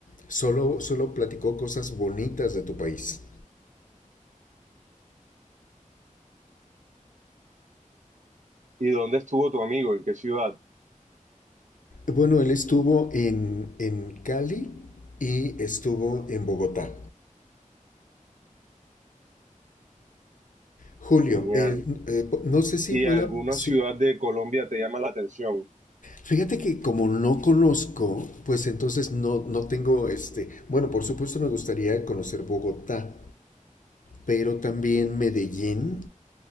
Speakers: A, on the left (about 70°); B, on the right (about 60°).
A: solo, solo platicó cosas bonitas de tu país.
B: ¿Y dónde estuvo tu amigo? ¿En qué ciudad?
A: Bueno, él estuvo en, en Cali y estuvo en Bogotá. Julio,
B: Genial.
A: eh, eh, po- no sé si
B: ¿Y
A: pueda...
B: alguna
A: si-
B: ciudad de Colombia te llama la atención?
A: Fíjate que como no conozco, pues entonces no, no tengo este... Bueno, por supuesto me gustaría conocer Bogotá, pero también Medellín